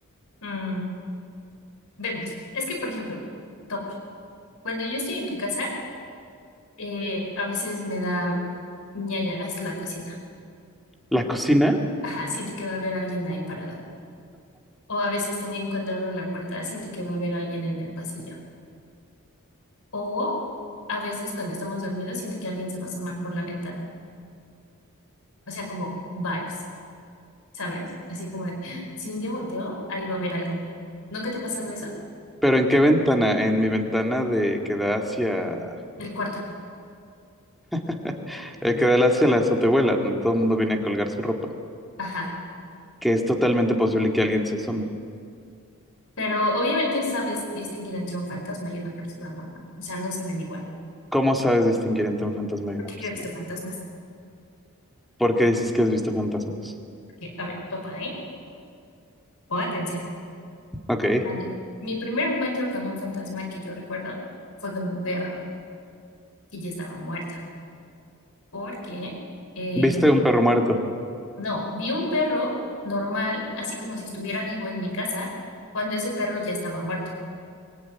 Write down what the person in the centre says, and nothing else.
¿La cocina?
¿Pero en qué ventana? En mi ventana de que da hacia,
<laughs> eh, que da hacia la azotehuela, donde todo el mundo viene a colgar su ropa,
que es totalmente posible que alguien se asome.
¿Cómo sabes distinguir entre un fantasma
y una persona?
¿Por qué dices que has visto fantasmas?
Ok.
¿Viste un Eh, perro muerto?